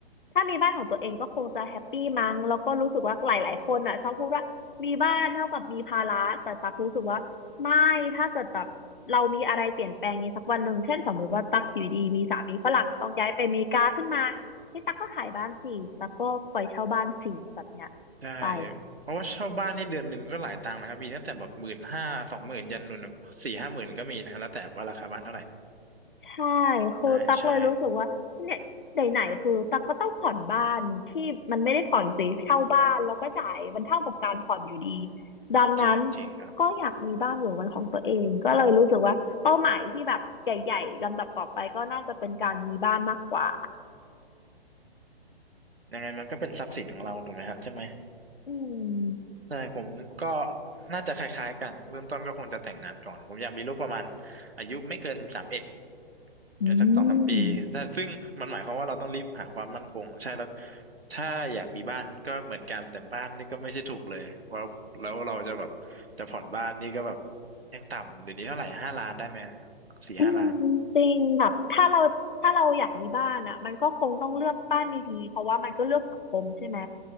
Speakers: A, on the left; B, on the right.
A: ถ้ามีบ้านของตัวเองก็คงจะแฮปปี้มั้งแล้วก็รู้สึกว่าหลาย ๆ คนอ่ะชอบพูดว่ามีบ้านเท่ากับมีภาระแต่ตักรู้สึกว่าไม่ถ้าเกิดแบบเรามีอะไรเปลี่ยนแปลงในสักวันหนึ่งเช่นสมมติว่าตักอยู่ดีมีสามีฝรั่งต้องย้ายไปอเมริกาขึ้นมานี่ตักก็ขายบ้านสิตักก็ปล่อยเช่าบ้านสิแบบเนี้ย
B: ใช่
A: ไป
B: เพราะว่าเช่าบ้านนี่เดือนหนึ่งก็หลายตังค์นะครับมีตั้งแต่แบบหมื่นห้าสองหมื่นยันหนุนแบบสี่ห้าหมื่นก็มีนะครับแล้วแต่ว่าราคาบ้านเท่าไหร่
A: ใช่คือตักเลยรู้สึกว่าเนี่ยไหนๆคือตักก็ต้องผ่อนบ้านที่มันไม่ได้ผ่อนสิเช่าบ้านแล้วก็จ่ายมันเท่ากับการผ่อนอยู่ดี
B: ใช่ใช่
A: ดังนั้น
B: จริงจริงครับ
A: ก็อยากมีบ้านอยู่เป็นของตัวเองก็เลยรู้สึกว่าเป้าหมายที่แบบใหญ่ๆลำดับต่อไปก็น่าจะเป็นการมีบ้านมากกว่า
B: ยังไงมันก็เป็นทรัพย์สินของเราถูกไหมฮะใช่ไหม
A: อืม
B: ใช่ผมก็น่าจะคล้ายๆกันเบื้องต้นก็คงจะแต่งงานก่อนผมอยากมีลูกประมาณอายุไม่เกินสามเอ็ด
A: อื
B: แต่สักสองสามปีแต่ซึ่งมันหมายความว่าเราต้องรีบหาความมั่นคงใช่แล้ว
A: ม
B: ถ้าอยากมีบ้านก็เหมือนกันแต่บ้านนี่ก็ไม่ใช่ถูกเลยเพราะแล้วเราจะแบบจะผ่อนบ้านนี่ก็แบบยังต่ำเดี๋ยวนี้เท่าไหร่ห้าล้านได้ไหมสี่ห้าล้าน
A: อืมจริงแบบถ้าเราถ้าเราอยากมีบ้านอ่ะมันก็คงต้องเลือกบ้านดีๆเพราะว่ามันก็เลือกสังคมใช่ไหม